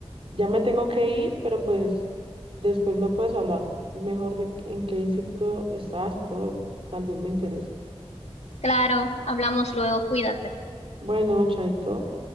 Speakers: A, on the right; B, on the left.
A: Ya me tengo que ir, pero pues después me puedes hablar mejor de en qué instituto estás y todo. Tal vez me interese.
B: Claro, hablamos luego, cuídate.
A: Bueno, chaito.